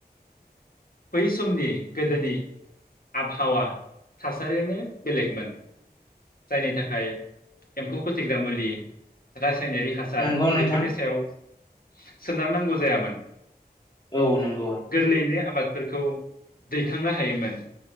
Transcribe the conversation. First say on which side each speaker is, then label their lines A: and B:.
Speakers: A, on the left; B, on the left.
A: बै समनि गोदोनि आबहावा थासारियानो बेलेगमोन जायनि थाखाय एम्फौ फोथैग्रा मुलि रा रासायनारि हासार
B: नंगौ नोंथां
A: बेफोरनि सायाव सोनारनांगौ जायामोन।
B: औ नंगौ
A: गोरलैयैनो आबाद फोरखौ दैखांनो हायोमोन